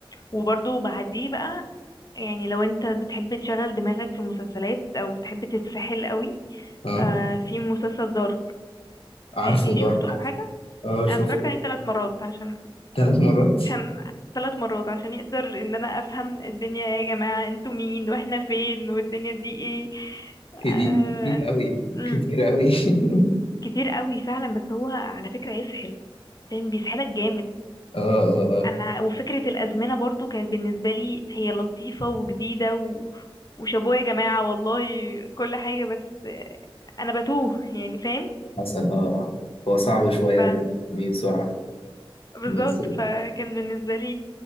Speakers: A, on the left; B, on the left.
A: وبرضه بعديه بقى يعني لو انت بتحب تشغل دماغك في المسلسلات او تحب تتسحل قوي
B: اه
A: آه في مسلسل دارك
B: عارفه
A: يعني
B: دارك
A: شفته او حاجه
B: اه شفته
A: انا اتفرجت عليه ثلاث مرات عشان
B: ثلاث مرات
A: عشان ثلاث مرات عشان يقدر ان انا افهم الدنيا ايه يا جماعه انتوا مين واحنا فين والدنيا دي ايه
B: كدي
A: آه...
B: كتير قوي
A: مم.
B: كتير قوي <laughs>
A: كتير قوي فعلا بس هو على فكره يسحل فاهم بيسحلك جامد
B: اه اه اه آه.
A: انا وفكرة الازمنة برضو كانت بالنسبة لي هي لطيفة وجديدة و... وشابوه يا جماعة والله كل حاجة بس انا بتوه يعني فاهم
B: حسن اه اه هو صعب شوية
A: ف
B: ان انت تفهميه بسرعة
A: بالظبط
B: بس
A: فكان بالنسبة لي